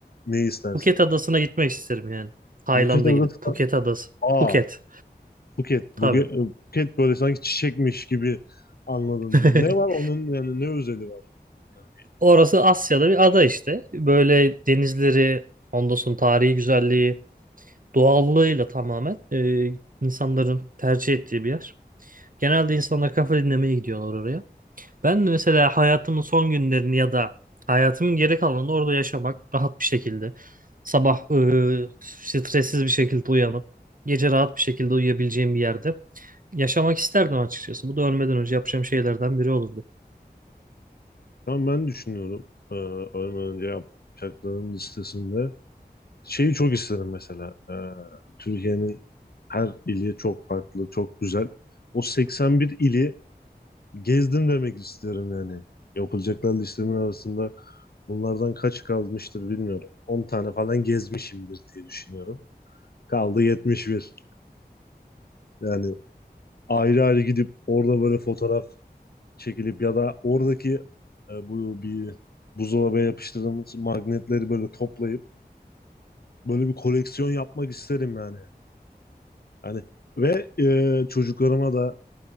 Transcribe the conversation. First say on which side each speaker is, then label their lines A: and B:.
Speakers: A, on the left; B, on the right.
A: ne istersin?
B: Phuket adasına gitmek isterim yani. Tayland'a
A: Buket Adası.
B: gidip Phuket adası.
A: Aa,
B: Phuket.
A: Buket.
B: Tabii.
A: Buket, Buket böyle sanki çiçekmiş gibi anladım
B: <laughs>
A: ben. Ne var onun yani ne özeli var? Yani,
B: Orası Asya'da bir ada işte. Böyle denizleri, ondan sonra tarihi güzelliği, doğallığıyla tamamen e, insanların tercih ettiği bir yer. Genelde insanlar kafa dinlemeye gidiyorlar oraya. Ben de mesela hayatımın son günlerini ya da hayatımın geri kalanını orada yaşamak rahat bir şekilde. Sabah e, stressiz bir şekilde uyanıp gece rahat bir şekilde uyuyabileceğim bir yerde yaşamak isterdim açıkçası. Bu da ölmeden önce yapacağım şeylerden biri olurdu.
A: şu an ben düşünüyorum. Ee, ölmeden önce yapacaklarım listesinde. Şeyi çok isterim mesela. Ee, Türkiye'nin her ili çok farklı, çok güzel. O 81 ili gezdim demek isterim yani. Yapılacaklar listemin arasında bunlardan kaç kalmıştır bilmiyorum. 10 tane falan gezmişimdir diye düşünüyorum. Kaldı yetmiş bir Yani ayrı ayrı gidip orada böyle fotoğraf çekilip ya da oradaki e, bu bir buzdolabına yapıştırdığımız magnetleri böyle toplayıp böyle bir koleksiyon yapmak isterim yani. Hani ve e, çocuklarıma da